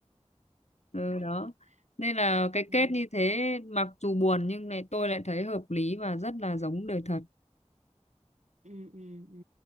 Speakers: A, on the left; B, on the right.
A: ừ đó
B: <laughs>
A: nên là cái
B: ừ.
A: kết như thế mặc dù buồn nhưng này tôi lại thấy hợp lý và rất là giống đời thật
B: ừ, ừ, ừ.